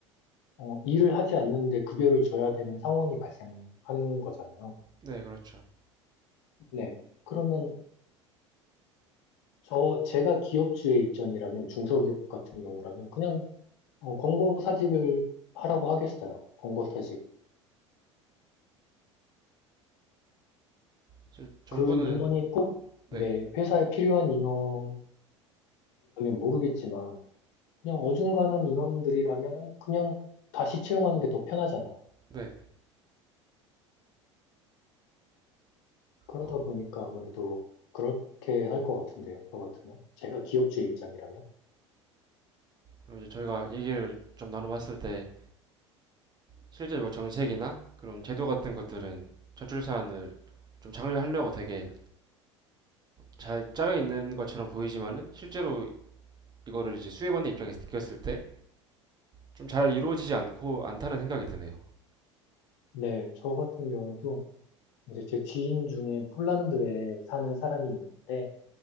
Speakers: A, on the left; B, on the right.
A: 어, 일을 하지 않는데 급여를 줘야 되는 상황이 발생하는 거잖아요.
B: 네, 그렇죠.
A: 네. 그러면 저 제가 기업주의 입장이라면 중소기업 같은 경우라면 그냥 어, 권고사직을 하라고 하겠어요. 권고사직.
B: 실 정부는
A: 그 인원이 꼭
B: 네,
A: 내 회사에 필요한 인원이라면 모르겠지만 그냥 어중간한 인원들이라면 그냥 다시 채용하는 게 더 편하잖아요.
B: 네.
A: 그러다
B: 어,
A: 보니까 아무래도 그렇게 할 것 같은데요. 저 같으면 제가 기업주의 입장이라면
B: 그럼 이제 저희가 얘기를 좀 나눠봤을 때 실제 뭐 정책이나 그런 제도 같은 것들은 저출 사안을 좀 장려하려고 되게 잘 짜여 있는 것처럼 보이지만은 실제로 이거를 이제 수혜받는 입장에서 느꼈을 때 좀 잘 이루어지지 않고 않다는 생각이 드네요.
A: 네, 저 같은 경우도 이제 제 지인 중에 폴란드에 사는 사람이 있는데